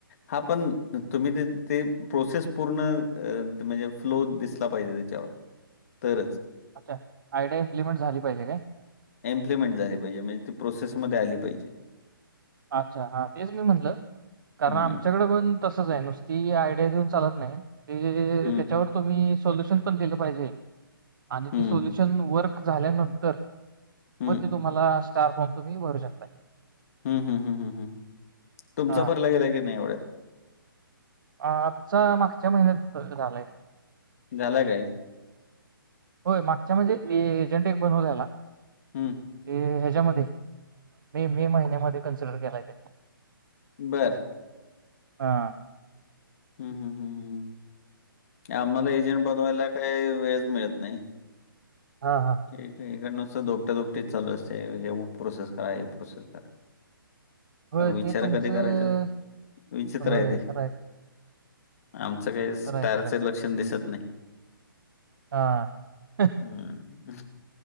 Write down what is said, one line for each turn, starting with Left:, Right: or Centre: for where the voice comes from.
Left: हा पण, तुम्ही ते प्रोसेस पूर्ण अ अ म्हणजे फ्लो दिसला पाहिजे तरच.
Right: अच्छा, आयडिया इमप्लीमेंट झाली पाहिजे काय.
Left: एम्प्लिमेंट झाली पाहिजे म्हणजे ती प्रोसेसमध्ये आली पायजे.
Right: अच्छा, हा तेच मी म्हणलं, कारण
Left: हम्म
Right: आमच्याकड पण तसच हाय, नुसती आयडिया देऊन चालत नाही. ते जे जे
Left: हम्म
Right: त्याच्यावर तुम्ही सोल्युशन पण दिलं पाहिजे. आणि
Left: हम्म
Right: ते सोल्युशन वर्क झाल्यानंतर,
Left: हम्म
Right: मग ते तुम्हाला स्टार फॉर्म तूम्ही भरू शकताय.
Left: हू हू हू हू हू, तुमच
Right: हा
Left: भरला गेलाय का नाही एवढ्यात?
Right: आ आमचा मागच्या महिन्यात तस झालय.
Left: झाला काय?
Right: होय मागच्या म्हणजे ए एजंट एक बनवलेला
Left: हू.
Right: ते हेज्यामध्ये मे महिन्यामध्ये कन्सिडर केलाय त्यांनी.
Left: बरं.
Right: हा.
Left: हू हू हू आम्हाला एजंट बनवायला काही वेळच मिळत नाही.
Right: हा हा हा.
Left: ही हिकडं नुसतं धोपटा धोपटीच चालू असते. हे प्रोसेस करा, हे प्रोसेस करा.
Right: होय
Left: अ विचार
Right: ते तुमचं
Left: कधी करायचं. विचित्र
Right: होय
Left: हाय ते.
Right: खरंय
Left: आमचं काही स्टारचं
Right: खरंय खरंय
Left: लक्षण दिसत नाही.
Right: हा.
Left: हम्म